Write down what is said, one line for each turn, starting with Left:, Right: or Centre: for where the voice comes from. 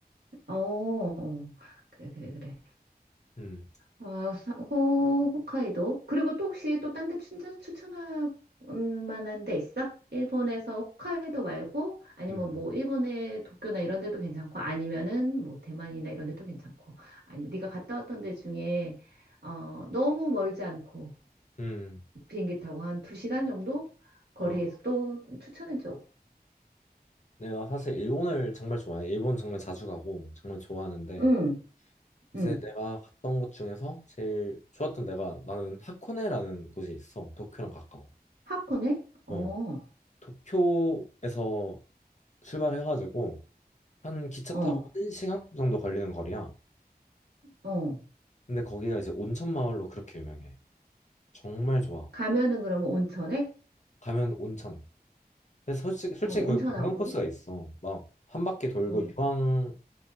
Right: 어. 어. 그래, 그래, 그래.
Left: 음,
Right: 어, 사- 호, 홋카이도. 그리고 또 혹시 또 딴 데 추천할 만한 데 있어? 일본에서 홋카이도 말고 아니면
Left: 음,
Right: 뭐 일본의 도쿄나 이런 데도 괜찮고 아니면은 뭐 대만이나 이런 데도 괜찮고 아니면 네가 갔다 왔던 데 중에 어, 너무 멀지 않고
Left: 음.
Right: 비행기 타고 한 두시간 정도 거리에서
Left: 아.
Right: 또 추천해 줘.
Left: 내가 사실 일본을 정말 좋아해. 일본 정말 자주 가고 정말 좋아하는데
Right: 응,
Left: 이제
Right: 응.
Left: 내가 갔던 곳 중에서 제일 좋았던 데가 나는 하코네라는 곳이 있어. 도쿄랑 가까워.
Right: 하코네? 어,
Left: 어, 도쿄에서 출발해가지고 한 기차
Right: 어,
Left: 타고 한시간 정도 걸리는 거리야.
Right: 어.
Left: 근데 거기가 이제 온천 마을로 그렇게 유명해. 정말 좋아.
Right: 가면은 그러면 온천에?
Left: 가면 온천. 근데 솔직히 솔직히
Right: 어, 온천하고.
Left: 거기 관광 코스가 있어. 막 한 바퀴 돌고
Right: 어,
Left: 유황